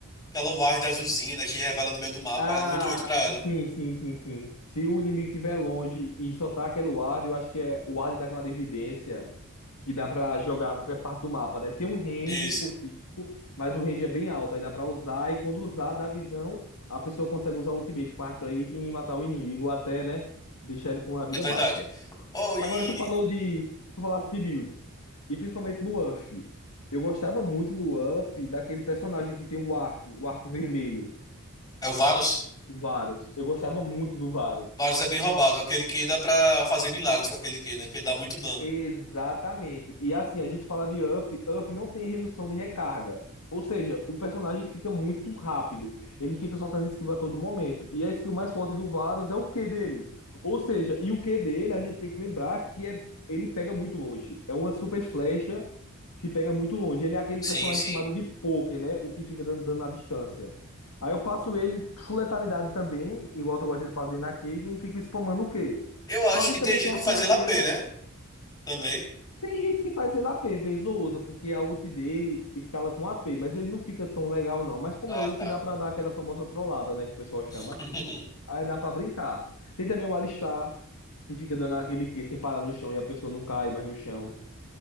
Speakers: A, on the left (about 20°); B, on the left (about 85°).
A: aquela ward azulzinha, né, que revela no meio do mapa,
B: Ah,
A: ela é muito útil pra ela.
B: sim, sim, sim, sim. Se o inimigo estiver longe e só tá aquele ward, eu acho que é o ward da clarividência, que dá pra jogar a qualquer parte do mapa, né? Tem um range
A: Isso.
B: específico, mas o range é bem alto, aí dá pra usar, e quando usar, dá visão, a pessoa consegue usar o ultimate com a Caitlyn e matar o inimigo, ou até, né, deixar ele com a vida
A: É verdade.
B: baixa.
A: Oh, e.
B: Agora tu falou de. Tu falaste de builds. E principalmente no UF. Eu gostava muito no UF daquele personagem que tem o arco, o arco vermelho,
A: É o Varus.
B: o Varus. Eu gostava muito do Varus.
A: Varus é bem roubado. Aquele que dá pra fazer milagres com aquele que, né? Que ele dá muito dano.
B: Exatamente. E assim, a gente fala de Uff Uff não tem redução de recarga. Ou seja, o personagem fica muito rápido. Ele fica soltando esquiva a todo momento. E a skill mais forte do Varus é o Q dele. Ou seja, e o Q dele, a gente tem que lembrar que é, ele pega muito longe. É uma super flecha que pega muito longe. Ele é aquele
A: Sim,
B: personagem
A: sim.
B: chamado de poker, né? O que fica dando dano à distância. Aí eu faço ele full letalidade também, igual eu gosto de fazer na Caitlyn, e fico spamando o Q.
A: Eu acho
B: Só que
A: que
B: ele
A: tem
B: também
A: gente
B: tem a
A: que faz
B: fraqueza
A: ele AP, né? Também.
B: tem gente que faz ele a p vez ou outra, porque a ult dele escala com a p mas ele não fica tão legal não. Mas como
A: Ah,
B: é UF,
A: tá.
B: dá pra dar aquela famosa trollada, né, que o pessoal chama.
A: <laughs>
B: Aí dá pra brincar. Tem também o Alistar, que fica dando aquele que sem parar no chão e a pessoa não cai mais no chão.